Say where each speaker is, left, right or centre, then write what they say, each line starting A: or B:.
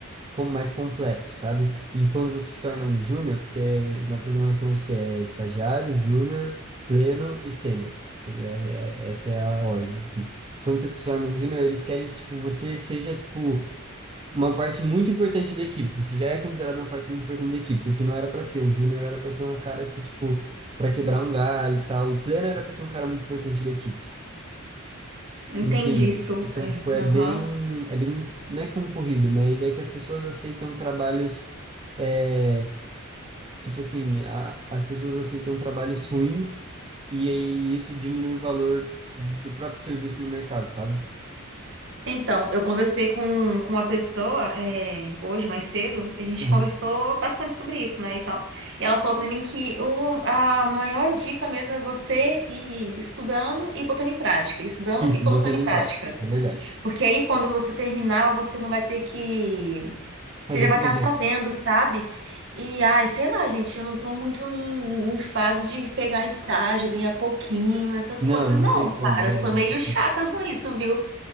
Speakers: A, on the right; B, on the right.
A: como mais completo, sabe? E quando você se torna um júnior, porque na programação você é estagiário, júnior, pleno e sênior. Tipo, é- é- essa é a ordem, assim. Quando você se torna um júnior, eles querem que, tipo, você seja, tipo, uma parte muito importante da equipe. Você já é considerado uma parte muito importante da equipe, o que não era para ser. O júnior era para ser uma cara que, tipo, para quebrar um galho e tal. O pleno era para ser um cara muito importante da equipe.
B: Entendi,
A: Enfim,
B: super.
A: então, tipo, é
B: Aham.
A: bem, é bem, não é concorrido, mas é que as pessoas aceitam trabalhos, é, tipo assim, a- as pessoas aceitam trabalhos ruins e aí isso diminui o valor do próprio serviço no mercado, sabe?
B: Então, eu conversei com, com uma pessoa é, hoje, mais cedo, e a gente
A: Aham.
B: conversou bastante sobre isso, né, e tal. E ela falou pra mim que o, a maior dica mesmo é você ir estudando e botando em prática, estudando
A: Isso,
B: e colocando
A: botando
B: em
A: em
B: prática.
A: prática, isso é verdade.
B: Porque aí, quando você terminar, você não vai ter que. Você
A: Fazer
B: já vai
A: projeto.
B: estar sabendo, sabe? E, ai, sei lá, gente, eu não tô muito em, em fase de pegar estágio, ganhar pouquinho, essas
A: Não,
B: coisas,
A: não
B: não,
A: tem como,
B: cara.
A: é
B: Eu sou
A: exatamente.
B: meio chata com isso, viu?